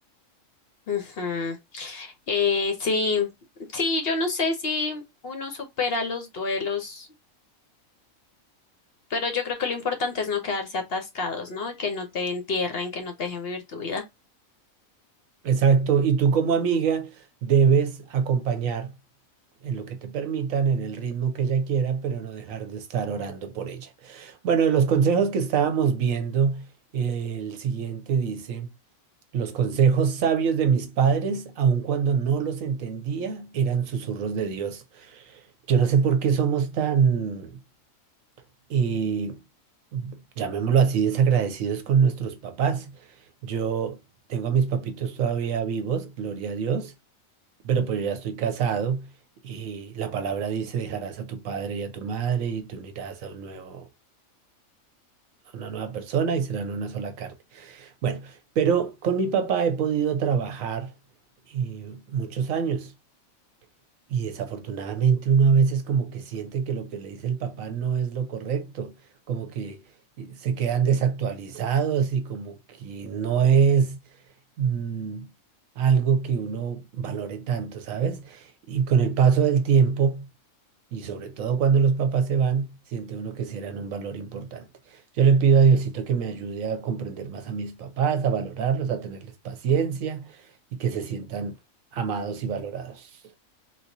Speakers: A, on the left; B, on the right.
A: Ujú. Eh, sí, sí, yo no sé si uno supera los duelos, pero yo creo que lo importante es no quedarse atascados, ¿no? Que no te entierren, que no te dejen vivir tu vida.
B: Exacto, y tú como amiga debes acompañar en lo que te permitan, en el ritmo que ella quiera, pero no dejar de estar orando por ella. Bueno, de los consejos que estábamos viendo, el siguiente dice, los consejos sabios de mis padres, aun cuando no los entendía, eran susurros de Dios. Yo no sé por qué somos tan y llamémoslo así, desagradecidos con nuestros papás. Yo tengo a mis papitos todavía vivos, gloria a Dios, pero pues yo ya estoy casado y la palabra dice, dejarás a tu padre y a tu madre y te unirás a un nuevo, a una nueva persona y serán una sola carne. Bueno, pero con mi papá he podido trabajar eh, muchos años. Y desafortunadamente uno a veces como que siente que lo que le dice el papá no es lo correcto, como que eh, se quedan desactualizados y como que no es mm, algo que uno valore tanto, ¿sabes? Y con el paso del tiempo, y sobre todo cuando los papás se van, siente uno que sí eran un valor importante. Yo le pido a Diosito que me ayude a comprender más a mis papás, a valorarlos, a tenerles paciencia y que se sientan amados y valorados.